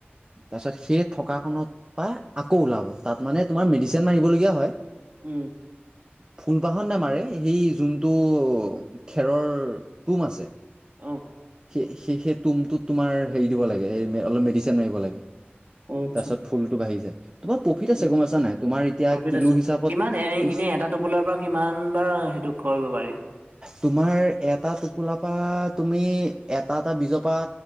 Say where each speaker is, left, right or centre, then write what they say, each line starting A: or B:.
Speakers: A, on the right (about 20°); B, on the right (about 50°).
A: তাৰপিছত সেই থকা কনত পাই আকৌ ওলাব। তাত মানে তোমাৰ মেডিচিন মাৰিবলগীয়া হয়।
B: উম।
A: ফুলপাহৰ নোমাৰে সেই যোনটো খেৰৰ তুম আছে।
B: অ
A: স, সেই, সেই তুমটোত তোমাৰ হেৰি দিব লাগে, অলপ মেডিচিন মাৰিব লাগে।
B: অ আচ্ছা
A: তাৰ পিছত ফুলতটো বাঢ়ি যায়। তোমাৰ প্ৰফিট আছে
B: উম
A: গম, পইছা নাই, তোমাৰ এতিয়া
B: প্ৰফিট
A: কিলো
B: আছে
A: হিচাপত
B: কিমান এ
A: কি
B: এনে এটা টোপোলাৰ পৰা কিমান বাৰ সেইটো কৰিব পাৰি
A: তোমাৰ এটা টোপোলা পাত। তুমি এটা, এটা বীজৰ পৰা